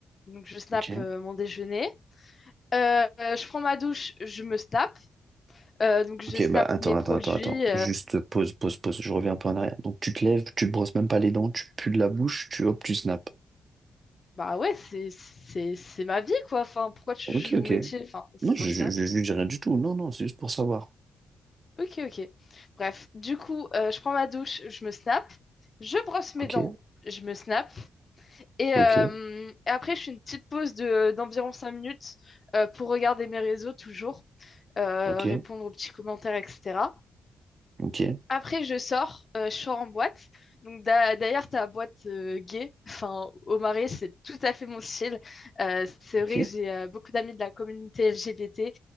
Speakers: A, on the left; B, on the right.
A: donc je snap
B: Ok.
A: euh, mon déjeuner. Euh, euh, je prends ma douche, je me snap, euh, donc je
B: Ok,
A: snap
B: bah attends,
A: mes
B: attends,
A: produits.
B: attends, attends. Juste pause, pause, pause. Je reviens un peu en arrière. Donc tu te lèves, tu te brosses même pas les dents, tu pues de la bouche, tu hop, tu snaps.
A: Bah ouais, c'est c'est c'est ma vie quoi. Enfin, pourquoi tu
B: Ok,
A: juges mon
B: ok.
A: métier? Enfin, c'est
B: Non, je
A: comme
B: je
A: ça.
B: je juge rien du tout. Non, non, c'est juste pour savoir.
A: Ok, ok. Bref, du coup, euh, je prends ma douche, je me snap, je brosse mes
B: Ok,
A: dents, je me snap, et,
B: ok,
A: euh, et après je fais une petite pause de d'environ 5 minutes euh, pour regarder mes réseaux toujours, euh,
B: ok,
A: répondre aux petits commentaires, etc.
B: ok,
A: Après, je sors, euh, je sors en boîte. Donc, d'a- d'ailleurs, ta boîte euh, gay, <laughs> enfin, au Marais, c'est tout à fait mon style. Euh, c'est
B: ok,
A: vrai que j'ai euh, beaucoup d'amis de la communauté LGBT